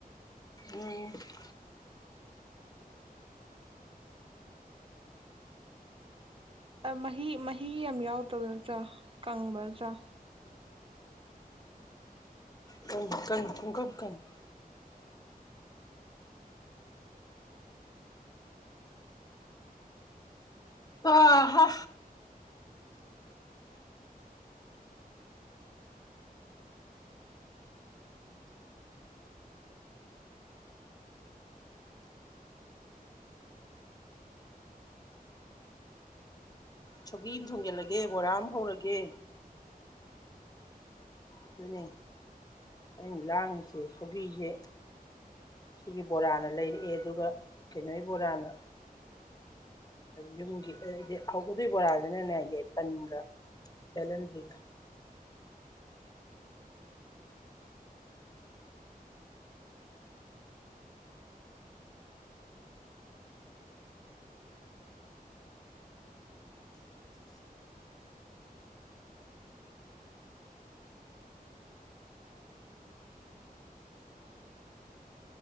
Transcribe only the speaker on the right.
ꯑꯥ ꯃꯍꯤ ꯃꯍꯤ ꯌꯥꯝ ꯌꯥꯎꯗꯕ ꯅꯣꯠꯇ꯭ꯔꯥ ꯀꯪꯕ ꯅꯠꯇ꯭ꯔꯥ